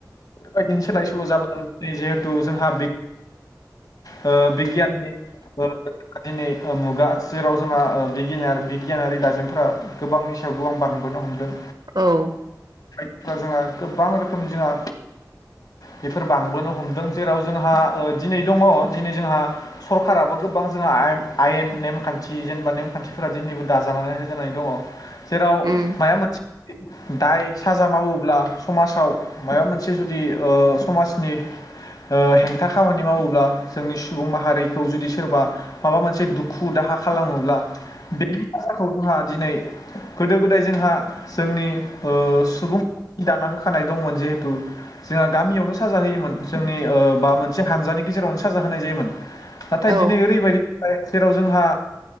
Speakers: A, on the left (about 60°); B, on the right (about 65°).
A: बेबायदिनो सोलाय सोल' जाबोदों। दिनै जिहेथु जोंहा ओ बिगियाननि ओ दिनै मुगा जेराव जोंहा ओ बिगिनियार बिगियानारि दाजेमफोरा गोबांनि सायाव गोबां बांबोनो हमदों।
B: औ
A: गोजा गोबां रोखोम जोंहा बेफोर बांबोनो हमदों जेराव जोंहा ओ दिनै दङ दिनै जोंहा सरखाराराबो गोबां जोंहा आयेन नेमखान्थि जेनेबा नेमखान्थिफोरा दिनैबो दाजानानै होजानाय दङ जेराव
B: उम
A: माया मोनसे दाय साजा मावोब्ला समाजाव माबा मोनसे जुदि समाजनि हेंथा खामानि मावोब्ला जोंनि सुबुं माहारिखौ जुदि सोरबा माबा मोनसे दुखु दाहा खालामोब्ला बेनि थाखाय जोंहा दिनै गोदो गोदाय जोंहा जोंनि सुबुं दाना होखानाय दंमोन जिहेथु जोंहा गामियावनो साजा होयोमोन जोंनि बा मोनसे हानजानि गेजेरावनो साजा होनाय जायोमोन नाथाय
B: औ
A: दिनै ओरैबायदि जेराव जोंहा